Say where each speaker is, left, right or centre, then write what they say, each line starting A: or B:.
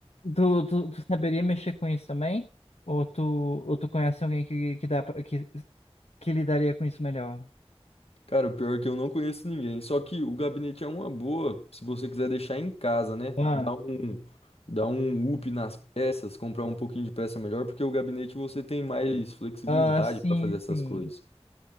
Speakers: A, on the left; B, on the left.
A: Tu, tu, tu saberia mexer com isso também? Ou tu, ou tu conhece alguém que, que, dá pra, que, que lidaria com isso melhor?
B: Cara, o pior é que eu não conheço ninguém. Só que o gabinete é uma boa, se você quiser deixar em casa, né?
A: Ah,
B: Dar um, dar um up nas peças, comprar um pouquinho de peça melhor, porque o gabinete você tem mais flexibilidade
A: ah, sim,
B: para fazer essas
A: sim.
B: coisas.